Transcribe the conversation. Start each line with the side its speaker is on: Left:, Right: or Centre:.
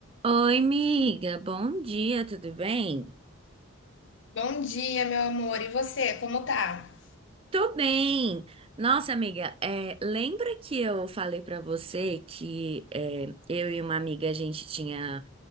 Right: Oi, amiga, bom dia, tudo bem?
Left: Bom dia, meu amor. E você, como tá?
Right: Tô bem. Nossa, amiga, é, lembra que eu falei pra você que é, eu e uma amiga a gente tinha